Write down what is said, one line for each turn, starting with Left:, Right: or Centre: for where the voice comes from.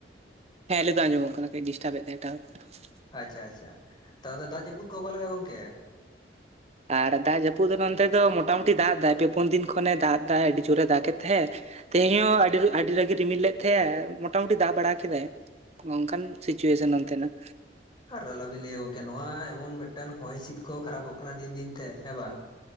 Right: ᱦᱮᱸ ᱞᱮᱫᱚ ᱟᱸᱡᱚᱢᱚᱜ ᱠᱟᱱᱟ ᱠᱟᱹᱡ ᱰᱤᱥᱴᱟᱵᱮᱫ ᱛᱟᱦᱮᱸᱜᱟ ᱴᱟᱣᱭᱟᱨ,
Left: ᱟᱪᱪᱷᱟ ᱟᱪᱪᱷᱟ ᱛᱟᱦᱞᱮ ᱫᱟᱜ ᱡᱟᱹᱯᱩᱫ ᱠᱚ ᱚᱠᱟ ᱞᱮᱠᱟ ᱜᱚᱝᱠᱮ?
Right: ᱟᱨ ᱫᱟᱜ ᱡᱟᱹᱯᱩᱫ ᱫᱚ ᱱᱚᱱᱚᱛᱮ ᱫᱚ ᱢᱚᱴᱟᱢᱩᱴᱤ ᱫᱟᱜ ᱫᱟᱭ ᱯᱮ ᱯᱩᱱ ᱫᱤᱱ ᱠᱷᱚᱱᱮ ᱫᱟᱜ ᱫᱟᱭ ᱟᱹᱰᱤ ᱡᱳᱨᱮ ᱫᱟᱜᱮᱫ ᱛᱟᱦᱮᱸᱫ ᱛᱮᱦᱤᱧ ᱦᱚᱸ ᱟᱹᱰᱤ ᱨᱟᱹᱜᱤ ᱨᱤᱢᱤᱞ ᱞᱮᱫ ᱛᱟᱦᱮᱸᱜ ᱮ ᱢᱚᱴᱟᱢᱩᱴᱤ ᱫᱟᱜ ᱵᱟᱲᱟ ᱠᱮᱫᱟᱭ᱾ ᱚᱝᱠᱟᱱ ᱥᱤᱪᱩᱭᱮᱥᱚᱱ ᱱᱚᱱᱛᱮ ᱱᱟᱜ᱾
Left: ᱟᱨ ᱟᱞᱚᱵᱤᱱ ᱞᱟᱹᱭᱟ ᱜᱚᱝᱠᱮ ᱱᱚᱣᱟ ᱮᱢᱚᱱ ᱢᱮᱫᱴᱮᱱ ᱦᱚᱭ ᱦᱤᱥᱤᱫ ᱠᱚ ᱠᱷᱟᱨᱟᱯᱚᱜ ᱠᱟᱱᱟ ᱫᱤᱱ ᱫᱤᱱ ᱛᱮ ᱦᱮᱸ ᱵᱟᱝ,